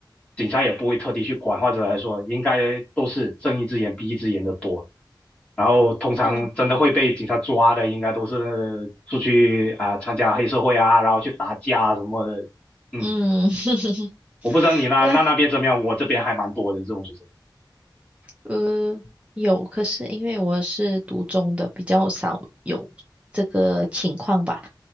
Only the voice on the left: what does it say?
警察也不会特地去管，或者来说，应该都是睁一只眼闭一只眼的多。然后通常真的会被警察抓的，
应该都是出去啊、参加黑社会啊，然后去打架啊什么的。嗯，
我不知道你那那那边怎么样，
我这边还蛮多的这种学生。